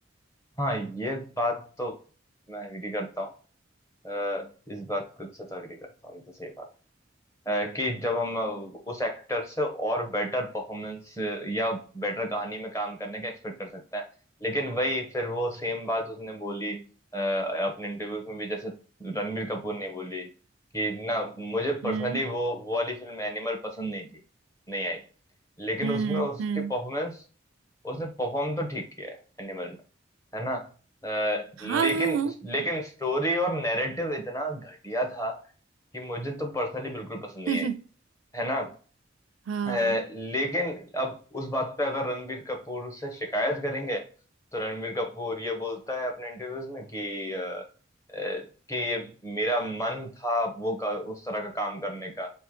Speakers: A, on the left; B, on the right.
A: हाँ ये बात तो मैं एग्री करता हूँ अ, इस बात को से तो एग्री करता हूँ ये तो सही बात है। अ, कि जब हम उस एक्टर से और बेटर परफॉर्मेंस या बेटर कहानी में काम करने का एक्सपेक्ट कर सकते हैं लेकिन वही फिर वो सेम बात उसने बोली अ, अपने इंटरव्यूज में भी जैसे रणबीर कपूर ने बोली कि ना मुझे पर्सनली
B: हम्म
A: वो वो वाली फिल्म एनिमल पसंद नहीं थी नहीं आई लेकिन
B: हम्म
A: उसमें उसकी
B: हम्म
A: परफॉर्मेंस उसने परफॉर्म तो ठीक किया है एनिमल में है ना अ, लेकिन
B: हाँ हाँ
A: लेकिन स्टोरी और नैरेटिव इतना घटिया था कि मुझे तो पर्सनली बिल्कुल पसंद नहीं
B: हाँ
A: आई है ना
B: <laughs> हाँ
A: अ, लेकिन अब उस बात पे अगर रणबीर कपूर से शिकायत करेंगे तो रणबीर कपूर ये बोलता है अपने इंटरव्यूज में कि अ, अ, कि ये मेरा मन था वो का, उस तरह का काम करने का